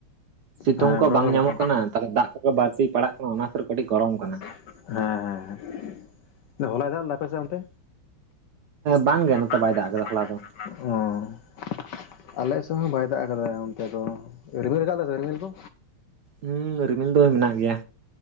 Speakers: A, on the right; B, on the left.
A: ᱥᱤᱛᱩᱝ
B: ᱦᱮᱸ
A: ᱠᱚ
B: ᱜᱚᱨᱚᱢ
A: ᱵᱟᱝ
B: ᱫᱚ
A: ᱧᱟᱢᱚᱜ
B: ᱜᱚᱨᱚᱢ
A: ᱠᱟᱱᱟ ᱛᱟᱦᱚᱞᱮ ᱫᱟᱜ ᱠᱚᱫᱚ ᱵᱟᱹᱲᱛᱤ ᱯᱟᱲᱟᱜ ᱠᱟᱱᱟ, ᱚᱱᱟ ᱠᱷᱟᱹᱛᱤᱨ ᱠᱟᱹᱴᱤᱡ ᱜᱚᱨᱚᱢ ᱠᱟᱱᱟ᱾
B: ᱦᱮᱸ ᱦᱮᱸ ᱦᱮ, ᱟᱫᱚ ᱦᱚᱞᱟᱭ ᱫᱟᱜ ᱞᱮᱫᱟ? ᱟᱯᱮ ᱥᱮᱫ ᱚᱱᱛᱮ?
A: ᱵᱟᱝᱜᱮ
B: ᱦᱮᱸ ᱵᱟᱝ ᱜᱮ ᱱᱚᱛᱮ
A: ᱠᱟᱫᱟ
B: ᱵᱟᱭ
A: ᱦᱚᱞᱟ
B: ᱫᱟᱜ
A: ᱫᱚ
B: ᱠᱟᱫᱟ <unintelligible> ᱟᱞᱮ ᱥᱮᱫ ᱦᱚᱸ ᱵᱟᱭ ᱫᱟᱜ ᱟᱠᱟᱫᱟ ᱚᱱᱛᱮ ᱫᱚ, ᱨᱤᱢᱤᱞ ᱟᱠᱟᱫ ᱫᱮ ᱥᱮ ᱨᱤᱢᱤᱞ ᱠᱚ?
A: ᱦᱩᱸ ᱨᱤᱢᱤᱞ ᱫᱚ ᱢᱮᱱᱟᱜ ᱜᱮᱭᱟ᱾